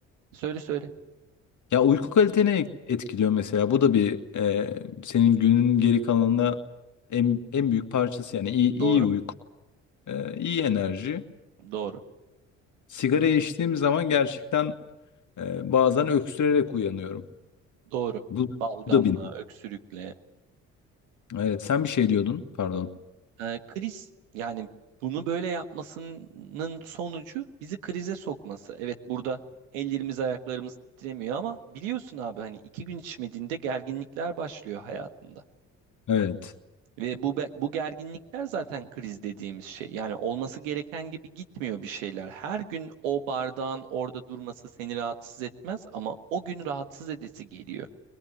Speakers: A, on the right; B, on the left.
A: söyle söyle.
B: Ya uyku kalitene etkiliyor mesela bu da bir e, senin günün geri kalanına en, en büyük parçası yani iyi, iyi
A: Doğru.
B: uyku, e, iyi enerji.
A: Doğru.
B: Sigarayı içtiğim zaman gerçekten e, bazen öksürerek uyanıyorum.
A: Doğru.
B: Bu,
A: Balgamla,
B: bu da benim.
A: öksürükle.
B: Evet, sen bir şey diyordun, pardon.
A: Ee, kriz yani bunu böyle yapmasının sonucu bizi krize sokması. Evet burada ellerimiz ayaklarımız titremiyor ama biliyorsun abi hani iki gün içmediğinde gerginlikler başlıyor hayatında.
B: Evet.
A: Ve bu be- bu gerginlikler zaten kriz dediğimiz şey. Yani olması gereken gibi gitmiyor bir şeyler. Her gün o bardağın orada durması seni rahatsız etmez ama o gün rahatsız edesi geliyor.